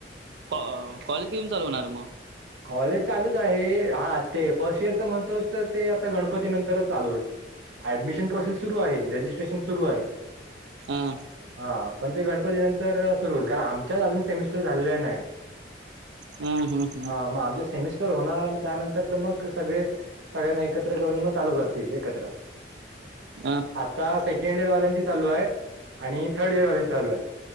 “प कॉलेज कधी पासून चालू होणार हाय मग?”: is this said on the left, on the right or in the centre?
Right